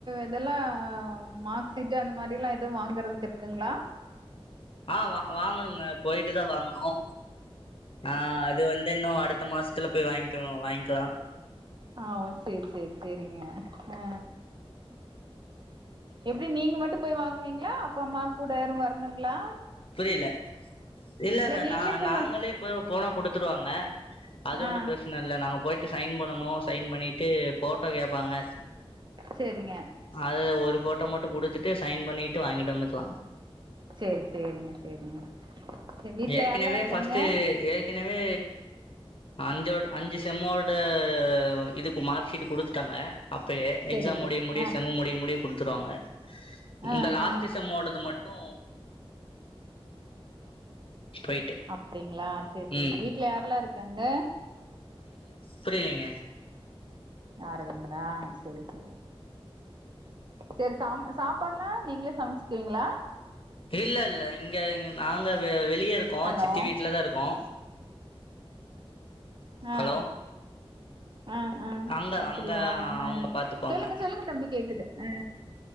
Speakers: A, on the right; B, on the left.
A: இதல்லா மாக் சீட்டு அந்த மாரில்லா எதுவு வாங்கறதுக்கு இருக்குங் ளா
B: ஆ வா வாங்கணுங்க போயிட்டு தா வாங்கணு ஆ அது வந்து இன்னு அடுத் த மாசத்துல போய் வாய்ங்கு வாய்ங்க்லா
A: ஆ ஓ சேர் சேர் சேரிங்க அ எப்டி நீங்க மட்டு போய் வாங்குவிங்ளா அப்பா அம்மா கூட யாரு வர்ணுங்ளா
B: புரில இல்லல்ல
A: நீங்களே
B: நா
A: போய்
B: நாங்களே <unintelligible> போனா குடுத்துருவாங்க அது
A: ஆ
B: ஒன்னு பிரச்ன இல்ல நாங்க போயிட்டு சைன் பண்ணனு சைன் பண்ணிட்டு ஃபோட்டோ கேப்பாங்க
A: சேரிங்க
B: அது ஒரு ஃபோட்டோ மட்டு குடு த்துட்டு சைன் பண்ணிட்டு வாங்கிட்டு வந்துக்லா
A: சேரி சேரிங்க சேரிங்க சரி வீட்ல
B: ஏற்கெனவே
A: யாரெல்லா இருக்காங்க
B: ஃபஸ்ட்டு ஏற்கெனவே அஞ்சோட அஞ்சு செம்மோட இதுக்கு மார்க் ஷீட்டு குடுத்துட்டாங்க அப்பயே
A: சேரிங்க
B: எக்ஸாம் முடிய முடிய
A: ஆ
B: செம்மு முடிய முடிய குட்த்துருவாங்க
A: ஆ
B: இந்த லாஸ்ட்டு
A: ஆ
B: செம்மோடது மட்டு போயிட்டு
A: அப்டிங்ளா செரி செரி
B: ம்
A: வீட்ல யார்ல்லா இரு க்காங்க
B: புரிலீங்க
A: ஆறதுங்ளா சேரி சேரி செரி சாம் சாப்பாட்லா நீங்ளே சமச்க்வீங்ளா
B: இல்லல்ல இங்கங் நாங்க வெ வெளிய இருக்கோ
A: ஹலோ
B: சித்தி வீட்ல தா இருக்கோ
A: அ
B: ஹலோ
A: அ அ
B: அங்க
A: அப்பிடியா
B: அங்க
A: அ
B: அவங்க பாத்துக்குவாங்க
A: சொல்லுங்க சொல்லுங்க தம்பி கேக்குது அ